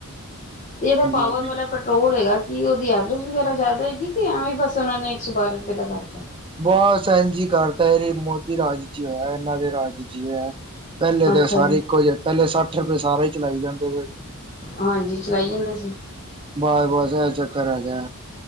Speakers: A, on the left; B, on the right.
A: ਤੇ ਜਿਹੜਾ ਪਾਵਰ
B: ਹਾਂਜੀ
A: ਵਾਲਾ ਪੈਟਰੋਲ ਹੈਗਾ ਕਿ ਉਹਦੀ ਐਵਰੇਜ ਵਗੈਰਾ ਜ਼ਿਆਦਾ ਹੈ। ਠੀਕ ਏ ਯਾ ਐਵੇਂ ਹੀ ਬਸ ਉਹਨਾਂ ਨੇ ਇਕ ਸੋ ਬਾਰਾਂਹ ਰੁਪਏ ਦਾ ਕਰਤਾ।
B: ਬਸ ਐਂਜ ਈ ਕਰਤਾ ਐ ਮੋਦੀ ਰਾਜ 'ਚ ਹੋਇਆ ਇਹਨਾਂ ਦੇ ਰਾਜ ਇਚ ਹੋਇਆ। ਪਹਿਲੇ
A: ਅੱਛਾ
B: ਤੇ ਸਾਰੇ
A: ਜੀ
B: ਇੱਕੋ ਜਿਹੇ ਪਹਿਲੇ ਸੱਠ ਰੁਪਏ ਸਾਰੇ ਹੀ ਚਲਾਈ ਜਾਂਦੇ ਵੇ
A: ਹਾਂਜੀ ਚਲਾਈ ਜਾਂਦੇ ਸੀ।
B: ਬਸ- ਬਸ ਐ ਹੈਗਾ